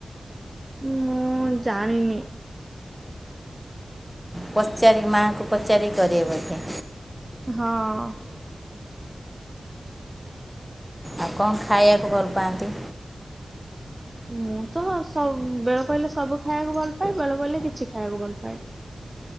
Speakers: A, on the right; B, in the centre.
A: ମୁଁ ଜାଣିନି।
B: ପଚାରିକି ମାଆଙ୍କୁ ପଚାରିକି କରିବ ବୋଧେ।
A: ହଁ।
B: ଆଉ କଣ ଖାଇଆକୁ ଭଲ ପାଆନ୍ତି?
A: ମୁଁ ତ ସବୁ ବେଳ ପଇଲେ ସବୁ ଖାଇଆକୁ ଭଲ ପାଏ ବେଳ ପଇଲେ କିଛି ଖାଇଆକୁ ଭଲ ପାଏନି।